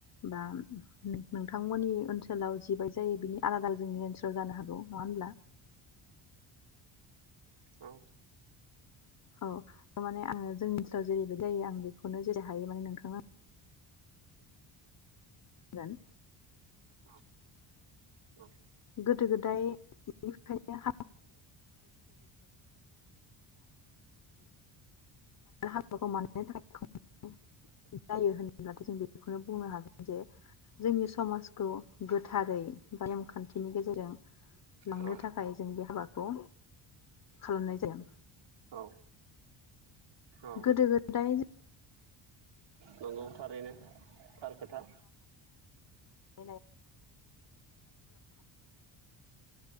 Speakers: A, on the left; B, on the right.
A: बा उम नोंथांमोननि ओनसो सोलाव जिबाय जायो बिनि आलादा जोंनि ओनसोलाव जानो हागौ नङा होनब्ला
B: औ
A: औ थारमाने आङो जोंनि ओनसोलाव जेरैबायदि जायो आं बेखौनो जेरै हायो माने नोंथांनो आं <inaudible>
B: अ औ
A: गोदो गोदाय बेनिफ्रायनो <unintelligible> हाबाखौ <inaudible> जायो <unintelligible> जों बेखौनो बुंनो हागोन जे जोंनि समाजखौ गोथारै बा नेमखान्थि बिनि गेजेरजों लांनो
B: औ
A: थाखाय जों बे हाबाखौ खालामनाय जाया
B: औ औ
A: गोदो गोदाय ज
B: नोंगौ थारैनो थार खोथा
A: <inaudible>